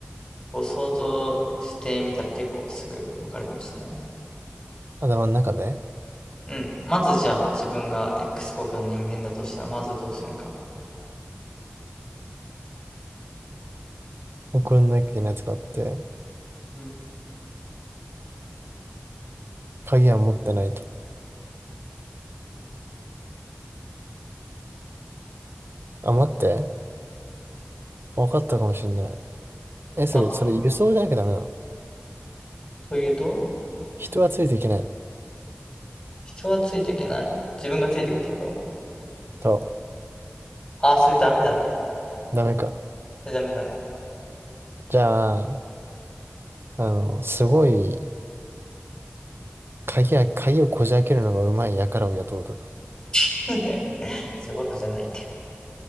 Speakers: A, on the left; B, on the right.
A: こう想像してみたら結構すぐわかるかもしれない。
B: 頭の中で
A: うん。まずじゃあ自分が X 国の人間だとしたらまずどうするか。
B: 送んなきゃいけないやつがあって、
A: うん。
B: 鍵は持ってないと。あ、待って。わかったかもしんない。え、それ、
A: あ、
B: それ輸送じゃなきゃダメなの
A: というと
B: 人はついていけない
A: 人はついていけない。自分がついていくってこと
B: と、
A: ああー、それダメだね。
B: ダメか。
A: それダメだね。
B: じゃあ、あの、すごい、鍵や、鍵をこじ開けるのがうまい輩を雇うとか。
A: <laughs> って、そういうことじゃないって。